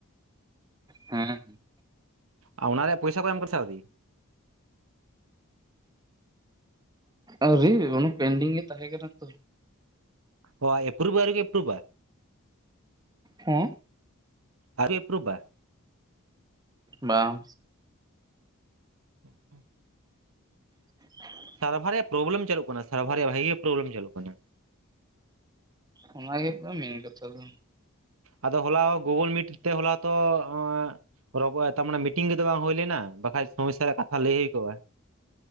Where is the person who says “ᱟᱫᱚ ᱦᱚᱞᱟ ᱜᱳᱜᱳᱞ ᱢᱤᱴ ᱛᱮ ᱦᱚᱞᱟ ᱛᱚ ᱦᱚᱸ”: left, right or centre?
Right